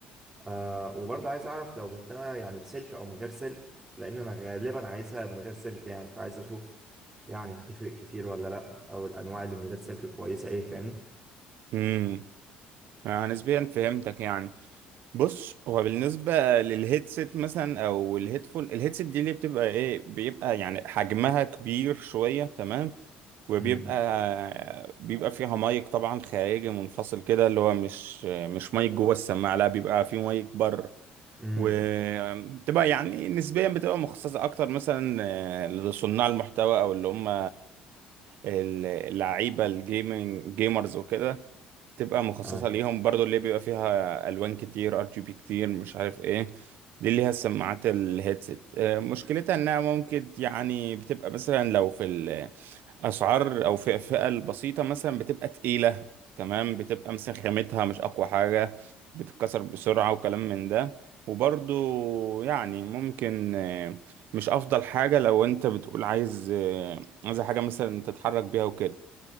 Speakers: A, on the right; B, on the right.
A: آه وبرضو عايز اعرف لو جبتها يعني بسلك او من غير سلك لان انا غالبا عايزها من غير سلك يعني فعايز اشوف يعني هتفرق كتير ولا لا او الانواع اللي من غير سلك كويسة ايه فاهمني
B: امم آه نسبيا فهمتك يعني بص هو بالنسبه للهيدسيت مثلا او الهيدفون الهيدسيت دي اللي بتبقى ايه بيبقى يعني حجمها كبير شويه تمام وبيبقى
A: امم
B: بيبقى فيها مايك طبعا خارجي منفصل كده اللي هو مش مش مايك جوه السماعه لا بيبقى فيه مايك بره
A: امم
B: وتبقى يعني نسبيا بتبقى مخصصه اكتر مثلا آه، لصناع المحتوى او اللي هم اللعيبه الجيمنج جيمرز وكده تبقى مخصصة
A: امم
B: ليهم برضو اللي بيبقى فيها ألوان كتير ار جي بي كتير مش عارف ايه دي اللي هي السماعات الهيدسет آه، مشكلتها انها ممكن يعني بتبقى مثلا لو في الأسعار أو في الفئة البسيطة مثلا بتبقى تقيلة تمام بتبقى مثلا خامتها مش أقوى حاجة بتتكسر بسرعة وكلام من ده وبرضو يعني ممكن آه، مش أفضل حاجة لو أنت بتقول عايز آه، عايز حاجة مثلا تتحرك بيها وكده